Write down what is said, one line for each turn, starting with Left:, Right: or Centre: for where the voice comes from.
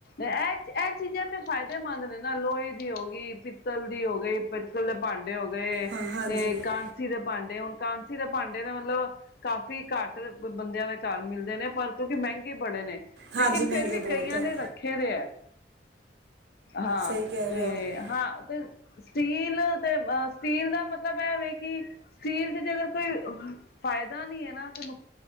Left: ਇਹ ਇਹ ਚੀਜ਼ਾਂ ਤੇ ਫਾਇਦੇਮੰਦ ਨੇ ਨਾ ਲੋਹੇ ਦੀ ਹੋ ਗਈ, ਪਿੱਤਲ ਦੀ ਹੋ ਗਈ ਪਿੱਤਲ ਦੇ ਭਾਂਡੇ ਮਾਂਡੇ ਹੋ ਗਏ
Right: ਹਾਂ ਹਾਂਜੀ
Left: ਤੇ ਕਾਂਸੀ ਦੇ ਭਾਂਡੇ ਹੁਣ ਕਾਂਸੀ ਦੇ ਭਾਂਡੇ ਦਾ ਮਤਲਬ ਕਾਫ਼ੀ ਘੱਟ ਬੰਦਿਆਂ ਦੇ ਘਰ ਮਿਲਦੇ ਨੇ ਪਰ ਕਿਉਂਕਿ ਮਹਿੰਗੇ ਬੜੇ ਨੇ
Right: ਹਾਂਜੀ
Left: ਲੇਕਿਨ
Right: ਮਹਿੰਗੇ
Left: ਫੇਿਰ ਵੀ
Right: ਬਹੁਤ
Left: ਕਈਆਂ
Right: ਹੈ
Left: ਨੇ ਰੱਖੇ ਦੇ ਹੈ ਹਾਂ
Right: ਸਹੀ ਕਹਿ
Left: ਤੇ
Right: ਰਹੇ ਹੋ ਆਪ
Left: ਹਾਂ ਤੇ ਸਟੀਲ ਤੇ ਅ ਸਟੀਲ ਦਾ ਮਤਲਬ ਐਵੇਂ ਕਿ ਸਟੀਲ ਤੇ ਜੇ ਅਗਰ ਕੋਈ ਫਾਇਦਾ ਨੀ ਹੈ ਨਾ ਤੇਨ